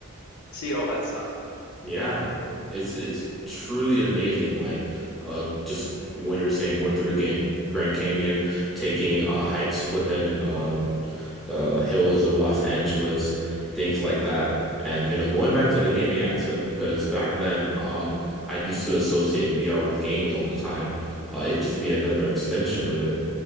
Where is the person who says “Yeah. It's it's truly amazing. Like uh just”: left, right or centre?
Centre